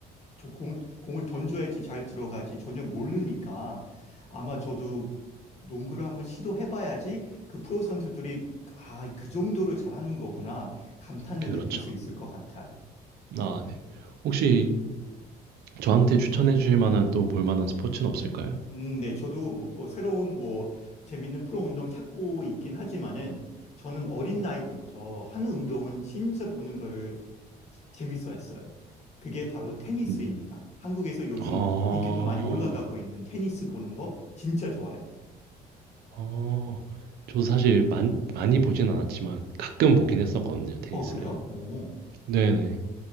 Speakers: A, on the left (about 40°); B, on the right (about 70°).
A: 저 공, 공을 던져야지 잘 들어가지 전혀 모르니까 아마 저도 농구를 한번 시도해봐야지 그 프로 선수들이 아, 그 정도로 잘하는 거구나 감탄을
B: 그렇죠
A: 느낄 수 있을 것 같아요.
B: 아네 혹시 저한테 추천해 주실 만한 또 볼 만한 스포츠는 없을까요?
A: 음, 네, 저도 뭐, 뭐 새로운 뭐 재밌는 프로 운동 찾고 있긴 하지만은 저는 어린 나이부터 한 운동은 진짜 보는 거를 재밌어 했어요. 그게 바로 테니스입니다.
B: 음,
A: 한국에서 요즘
B: 아.
A: 인기도 많이 올라가고 있는 테니스 보는 거 진짜 좋아요.
B: 어. 저도 사실 많 많이 보진 않았지만 가끔 보긴 했었거든요, 테니스를.
A: 어, 그래요? 오.
B: 네네.